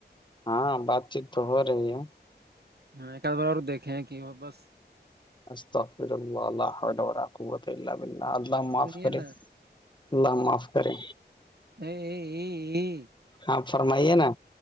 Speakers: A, on the left (about 25°); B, on the right (about 65°).
A: ہاں بات چیت تو ہو رہی ہے
B: ہاں ایکد بار اور دیکھے ہیں کہ وہ بس
A: استغفرللہ لا حول ولا قوۃ الا باللہ اللہ معاف
B: سنیے
A: کرے
B: نا
A: اللہ معاف کرے
B: <unintelligible>
A: ہاں فرمائیے نا